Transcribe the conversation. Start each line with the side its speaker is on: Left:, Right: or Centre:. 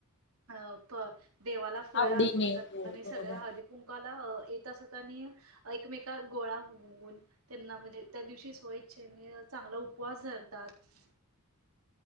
Right: अ प देवाला फळ्या
Left: आवडीने
Right: अर्पण करतात
Left: हो
Right: आणि सगळ्या
Left: बरोबर
Right: हळदी कुंकाला येत असत आणि एकमेका गोळा होऊन त्यांना म्हणजे त्या दिवशी स्वच्छेने चांगला उपवास झाला. <unintelligible>